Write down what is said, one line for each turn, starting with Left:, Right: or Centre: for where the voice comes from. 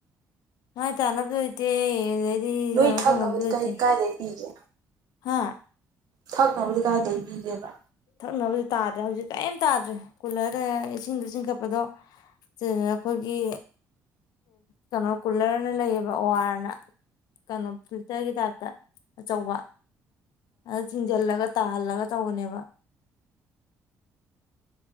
Left: ꯑ ꯇꯅ ꯑꯗꯨ ꯁꯤ ꯀꯩꯅꯣ
Right: ꯅꯣꯏ ꯊꯛꯅꯕꯗꯤ
Left: ꯇꯧꯅꯕꯁꯨ ꯂꯩꯇꯦ
Right: ꯀꯥꯏꯗꯩ ꯄꯤꯒꯦ
Left: ꯍꯥ
Right: ꯊꯛꯅꯕꯗꯤ ꯀꯥꯏꯏꯗꯒꯤꯩ ꯄꯒꯦꯕ
Left: ꯊꯛꯅꯕꯗꯤ ꯇꯥꯗ꯭ꯔꯦ ꯍꯧꯖꯤꯛ ꯀꯔꯤꯝ ꯇꯥꯗ꯭ꯔꯦ ꯀꯨꯜꯂꯔꯗ ꯏꯁꯤꯡꯗꯣ ꯆꯤꯡꯈꯠꯄꯗꯣ ꯑꯩꯈꯣꯏꯒꯤ ꯀꯩꯅꯣ ꯀꯨꯂꯔꯅ ꯂꯩꯌꯦꯕ ꯑꯣ ꯑꯥꯔꯅ ꯀꯩꯅꯣ ꯐꯤꯜꯇꯔꯒꯤ ꯇꯥꯏꯞꯇ ꯑꯆꯧꯕ ꯑ ꯊꯤꯡꯖꯜꯂꯒ ꯇꯥꯍꯜꯂꯒ ꯇꯧꯕꯅꯦꯕ